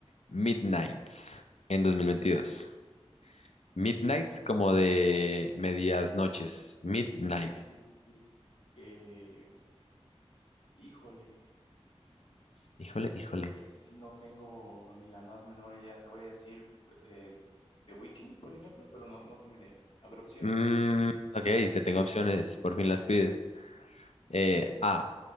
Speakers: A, on the left; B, on the left.
A: Midnights en 2022? Midnights
B: Midnights.
A: como de medias noches. Midnights.
B: Sí, sí, sí, sí. Eh, híjole,
A: Híjole, híjole.
B: ese sí no tengo ni la más menor idea. Te voy a decir eh, The Weeknd, por ejemplo, pero no, no tengo idea. A ver, opciones,
A: Mm,
B: opciones.
A: ok, te tengo opciones, por fin las pides. Eh, A,